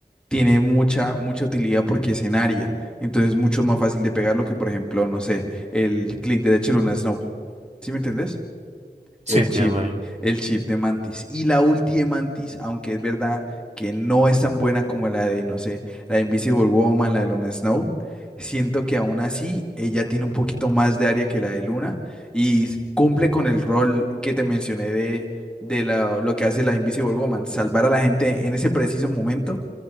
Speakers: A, in the centre; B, on the right (about 40°).
A: tiene mucha, mucha utilidad porque es en área. Entonces es mucho más fácil de pegarlo que, por ejemplo, no sé, el clic derecho de Luna Snow. ¿Sí me entendés?
B: Sí,
A: El
B: entiendo
A: chip,
B: ahí.
A: el chip de Mantis. Y la ulti de Mantis, aunque es verdad que no es tan buena como la de, no sé, la de Invisible Woman, la de Luna Snow, siento que aún así ella tiene un poquito más de área que la de Luna y s- cumple con el rol que te mencioné de, de la- lo que hace la Invisible Woman, salvar a la gente en ese preciso momento